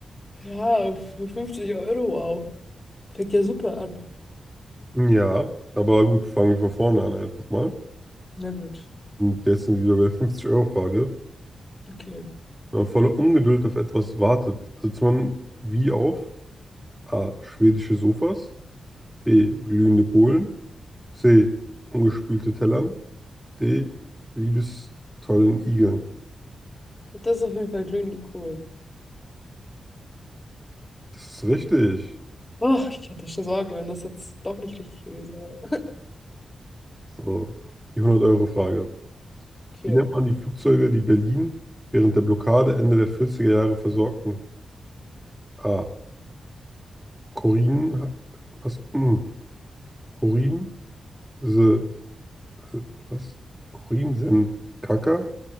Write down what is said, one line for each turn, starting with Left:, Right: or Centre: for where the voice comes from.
Left: Ja, für 50 Euro, wow. Fängt ja super an.
Centre: Ja, aber gut, fangen wir von vorne an einfach mal.
Left: Na gut,
Centre: Und jetzt sind wir wieder bei der 50-Euro-Frage.
Left: okay.
Centre: Wenn man voller Ungeduld auf etwas wartet, sitzt man wie auf A. Schwedische Sofas, B. Glühende Kohlen, C. Ungespülte Tellern, D. Liebestollen Igeln.
Left: Das ist auf jeden Fall glühende Kohl.
Centre: Das ist richtig.
Left: Oh, ich hatte schon Sorge, wenn das jetzt doch nicht richtig gewesen wäre.
Centre: So, die hundert euro frage
Left: Okay.
Centre: Wie nennt man die Flugzeuge, die Berlin während der Blockade Ende der vierziger Jahre versorgten? A. Korin, was? Hm. Korin, se, äh, was? Korin, sen, Kaka?